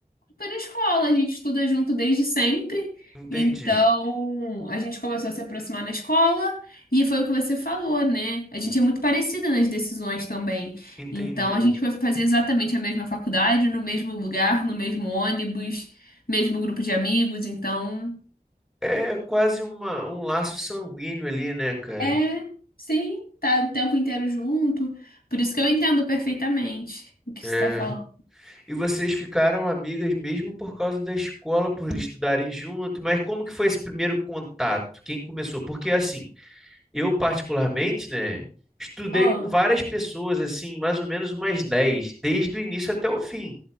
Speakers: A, on the left; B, in the centre.
A: Foi na escola, a gente estuda junto desde sempre.
B: Entendi,
A: Então, a gente começou a se aproximar na escola e foi o que você falou, né? A gente é muito parecida nas decisões também.
B: entendi.
A: Então, a gente foi fazer exatamente a mesma faculdade, no mesmo lugar, no mesmo ônibus, mesmo grupo de amigos. Então,
B: É quase uma, um laço sanguíneo ali, né, cara?
A: É, sim, tá o tempo inteiro junto. Por isso que eu entendo perfeitamente o que
B: É.
A: você tá falando.
B: E vocês ficaram amigas mesmo por causa da escola, por eles estudarem junto, mas como que foi esse primeiro contato? Quem começou? Porque assim, eu particularmente, né, estudei
A: Ah,
B: com várias pessoas, assim, mais ou menos umas 10, desde o início até o fim.